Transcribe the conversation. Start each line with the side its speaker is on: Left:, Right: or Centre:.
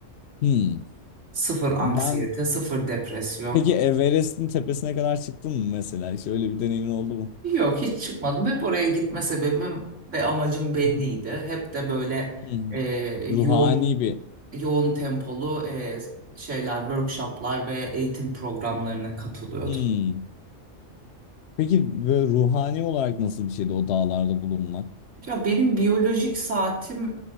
Left: Hmm.
Right: Sıfır anksiyete,
Left: Ben
Right: sıfır depresyon.
Left: peki Everest'in tepesine kadar çıktın mı mesela? Hiç öyle bir deneyimin oldu mu?
Right: Yok hiç çıkmadım. Hep oraya gitme sebebim ve amacım belliydi.
Left: <laughs>
Right: Hep de böyle
Left: Hmm.
Right: e,
Left: Ruhani
Right: yoğun
Left: bir.
Right: yoğun tempolu e, şeyler, workshoplar ve eğitim programlarına katılıyordum.
Left: Hmm. Peki böyle ruhani olarak nasıl bir şeydi o dağlarda bulunmak?
Right: Ya benim biyolojik saatim